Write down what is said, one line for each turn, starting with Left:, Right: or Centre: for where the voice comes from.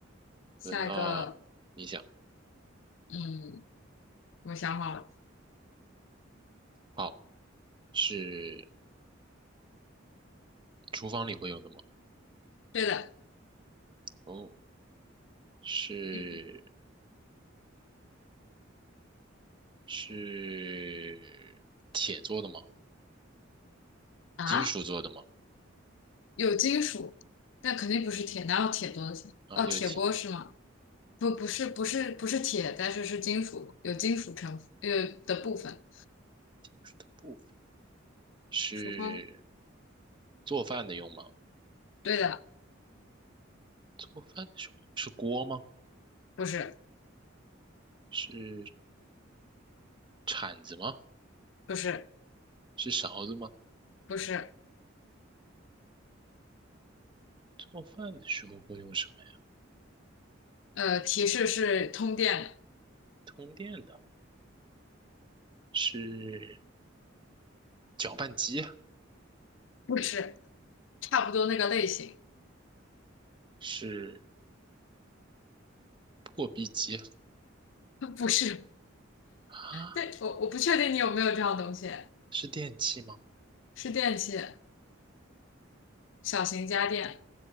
Left: 下一个，
Right: 轮到你想。
Left: 嗯，我想好了，
Right: 好，是厨房里会用的吗？
Left: 对的，
Right: 哦，是
Left: 一
Right: 是铁做的吗？
Left: 啊，
Right: 金属做的吗？
Left: 有金属，但肯定不是铁，哪有铁做的钱哦，
Right: 啊，有金
Left: 铁锅是吗？不，不是，不是，不是铁，但是是金属，有金属成呃的部分。
Right: 金属的部分。是
Left: 厨房，
Right: 做饭的用吗？
Left: 对的，
Right: 做饭的时候用是锅吗？
Left: 不是，
Right: 是铲子吗？
Left: 不是，
Right: 是勺子吗？
Left: 不是，
Right: 做饭的时候会用什么呀？
Left: 呃，提示是通电的，
Right: 通电的，是搅拌机啊
Left: 不是，差不多那个类型，
Right: 是。破壁机
Left: <laughs> 不是。
Right: 啊，
Left: 对，我我不确定你有没有这样东西，
Right: 是电器吗？
Left: 是电器，小型家电，